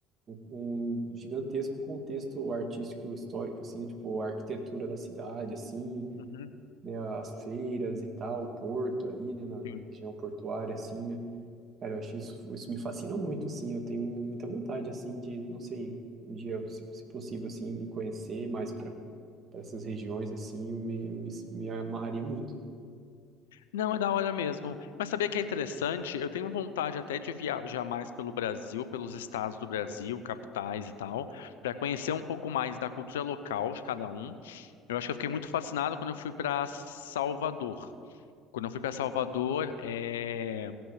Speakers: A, on the right (about 45°); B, on the left (about 80°).
A: um- um gigantesco contexto artístico histórico assim, tipo a arquitetura da cidade assim,
B: Uhum.
A: né, as feiras e tal, o porto ali, né, na,
B: Sim.
A: na região portuária assim, né? Cara, eu acho isso, isso me fascina muito assim, eu tenho muita vontade assim de, não sei, um dia, se, se possível assim, e conhecer mais para para essas regiões assim, eu me, me, me amarraria muito.
B: Não, é da hora mesmo. Mas sabia que é interessante? Eu tenho vontade até de viajar mais pelo Brasil, pelos estados do Brasil, capitais e tal, para conhecer um pouco mais da cultura local de cada um. Eu acho que eu fiquei muito fascinado quando eu fui para Salvador. Quando eu fui para Salvador, eh,